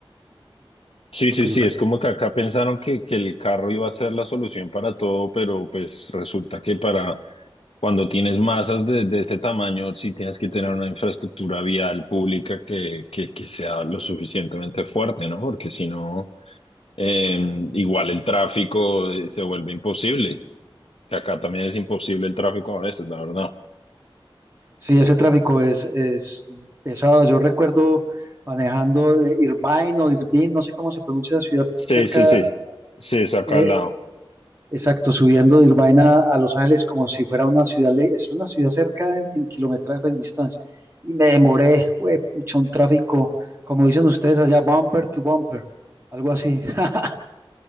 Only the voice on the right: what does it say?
lo
que
yo creo.
Sí, ese tráfico es, es pesado. Yo recuerdo manejando de Irvine o Irvine, no sé cómo se pronuncia la ciudad
cerca,
eh,
exacto, subiendo de Irvine a, a Los Ángeles como si fuera una ciudad, le- es una ciudad cerca en, en kilometraje, pues, en distancia. Y me demoré, güey, pucha, un tráfico, como dicen ustedes allá, bumper to bumper, algo así. <laughs>